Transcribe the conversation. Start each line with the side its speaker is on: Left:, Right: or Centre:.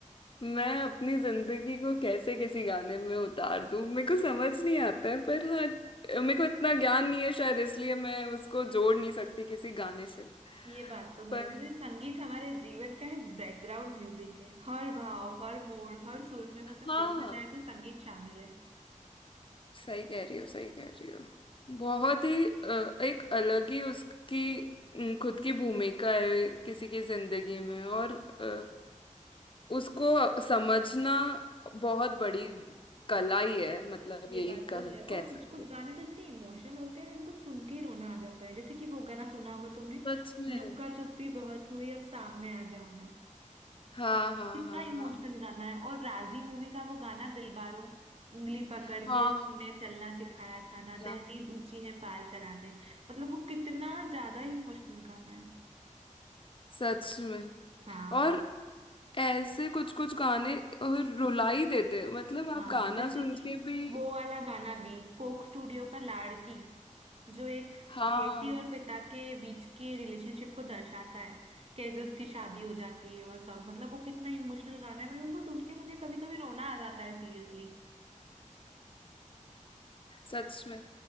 Left: मैं अपनी जिंदगी को कैसे किसी गाने में उतार दूं मेरे को समझ नहीं आता है पर हाँ मेरे को इतना ज्ञान नहीं है शायद इसलिए मैं उसको जोड़ नहीं सकती किसी गाने से
Right: <laughs> ये बात तो है
Left: पर
Right: जैसे संगीत हमारे जीवन का एक बैकग्राउंड म्यूजिक है हर भाव हर मोड़ हर सुर में मतलब
Left: हाँ
Right: देखा जाए तो संगीत शामिल है
Left: सही कह रही हो सही कह रही हो बहुत ही अ, एक अलग ही उसकी अम, खुद की भूमिका है किसी की जिंदगी में और अ, उसको समझना बहुत बड़ी कला ही है मतलब
Right: ये
Left: यही
Right: बात
Left: कह,
Right: तो है और
Left: कह सकते
Right: कुछ कुछ
Left: हैं।
Right: गाने तो इतने इमोशनल होते हैं जिनको सुन के ही रोना आ जाता है जैसे कि वो गाना सुना होगा तुमने
Left: सच में
Right: लुक्का चुप्पी बहुत हुई अब सामने आ जाओ ना
Left: हाँ हाँ
Right: कितना
Left: हाँ
Right: इमोशनल
Left: हाँ
Right: गाना है और राजी मूवी का वो गाना दिलबारो उंगली पकड़
Left: हाँ
Right: के तूने चलना सिखाया था ना
Left: क्या
Right: दहलीज ऊंची है पार करा दे मतलब वो कितना ज्यादा इमोशनल गाना है
Left: सच में
Right: हाँ
Left: और ऐसे कुछ कुछ गाने और रुला ही देते हैं। मतलब आप
Right: हाँ
Left: गाना
Right: जैसे
Left: सुन
Right: कि
Left: के भी
Right: वो वाला गाना भी कोक स्टूडियो का लाड़की जो एक
Left: हाँ
Right: बेटी और पिता के बीच के रिलेशनशिप को दर्शाता है कैसे उसकी शादी हो जाती है और सब मतलब वो कितना इमोशनल गाना है मतलब वो सुन के मुझे कभी कभी रोना आ जाता है सीरियसली
Left: सच में